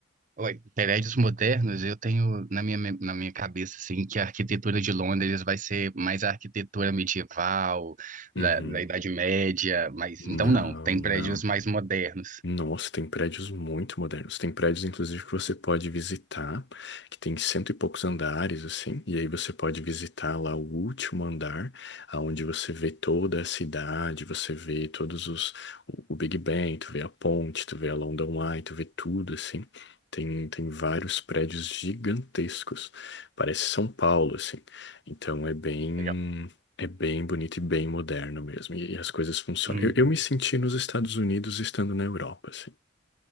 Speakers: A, on the right; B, on the left.
A: Oi, prédios modernos, eu tenho na minha, me- na minha cabeça assim que a arquitetura de Londres vai ser mais a arquitetura medieval,
B: Uhum.
A: da, da Idade Média, mas
B: Não,
A: então não, tem
B: não.
A: prédios mais modernos.
B: Nossa, tem prédios muito modernos. Tem prédios, inclusive, que você pode visitar, que tem cento e poucos andares, assim, e aí você pode visitar lá o último andar, aonde você vê toda a cidade, você vê todos os, o, o Big Ben, tu vê a ponte, tu vê a London Eye, tu vê tudo, assim. Tem, tem vários prédios gigantescos. Parece São Paulo, assim. Então é bem.
A: Legal.
B: É bem bonito e bem moderno mesmo. E, e as coisas funcionam.
A: Uhum.
B: Eu, eu me senti nos Estados Unidos estando na Europa, assim.